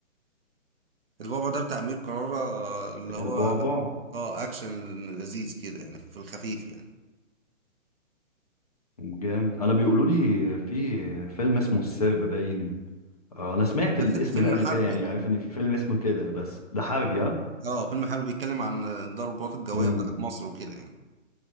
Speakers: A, on the right; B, on the left.
A: البعبع ده بتاع أمير كرارة آه، اللي هو
B: البعبع
A: اه اكشن لذيذ كده يعني في الخفيف يعني
B: جامد أنا بيقولوا لي في فيلم اسمه السرب باين آه، أنا سمعت
A: ده
B: الاسم
A: فيلم فيلم
B: ده قبل
A: حربي
B: كده يعني عارف إن في فيلم اسمه كده بس ده حربي ها
A: اه فيلم حربي بيتكلم عن الضربات الجوية
B: امم
A: بتاعت مصر وكده يعني